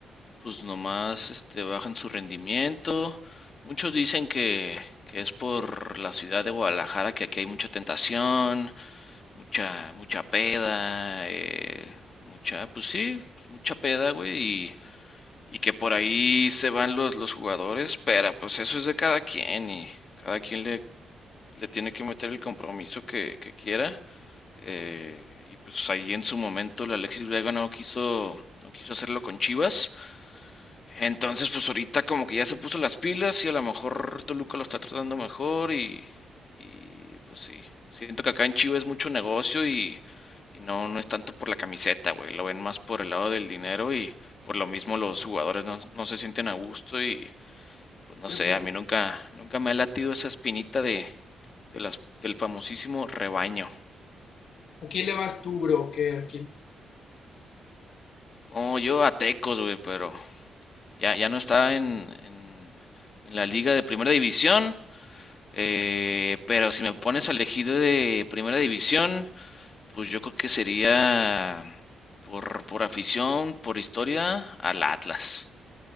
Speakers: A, on the left; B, on the left.
A: pues nomás este, bajan su rendimiento. Muchos dicen que, que es por la ciudad de Guadalajara, que aquí hay mucha tentación, mucha, mucha peda, eh, mucha, pues sí, pues mucha peda, güey, y, y que por ahí se van los, los jugadores, pero pues eso es de cada quien y cada quien le, le tiene que meter el compromiso que, que quiera. eh, y pues ahí en su momento el Alexis Vega no quiso, no quiso hacerlo con Chivas. Entonces, pues ahorita como que ya se puso las pilas y a lo mejor Toluca lo está tratando mejor y, y, pues sí, siento que acá en Chivas es mucho negocio y, y no, no es tanto por la camiseta, güey, lo ven más por el lado del dinero y por lo mismo los jugadores no, no se sienten a gusto y pues no
B: Pero,
A: sé,
B: pues,
A: a mí nunca, nunca me ha latido esa espinita de, de las, del famosísimo rebaño.
B: ¿A quién le vas tú, bro? ¿Qué? ¿A quién?
A: Oh, yo a Tecos, güey, pero ya, ya no está en, en en la liga de primera división. Eh, pero si me pones a elegir de primera división, pues yo creo que sería por, por afición, por historia, al Atlas.